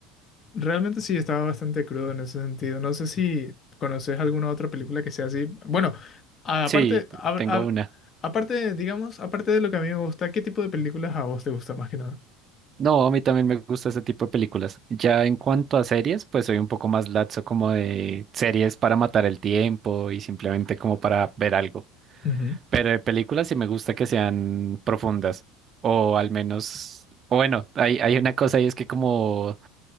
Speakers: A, on the left; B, on the right.
A: Realmente sí, estaba bastante crudo en ese sentido. No sé si conoces alguna otra película que sea así. Bueno, a-
B: Sí,
A: aparte, hab-
B: t- tengo
A: hab-
B: una.
A: aparte, digamos, aparte de lo que a mí me gusta, ¿qué tipo de películas a vos te gusta más que nada?
B: No, a mí también me gusta ese tipo de películas. Ya en cuanto a series, pues soy un poco más laxo como de series para matar el tiempo y simplemente como para ver algo.
A: Ujú.
B: Pero de películas sí me gusta que sean profundas o al menos, o bueno, hay, hay una cosa y es que como